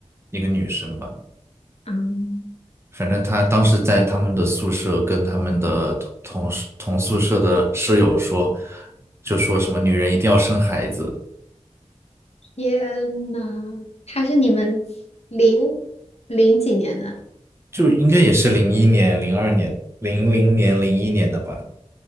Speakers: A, on the right; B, on the left.
A: 一个女生吧。
B: 啊
A: 反正她当时在他们的宿舍跟他们的同同事同宿舍的室友说，就说什么女人一定要生孩子，
B: 天呐，他是你们零零几年的，
A: 就应该也是零一年、零二年、零零年、零一年的吧。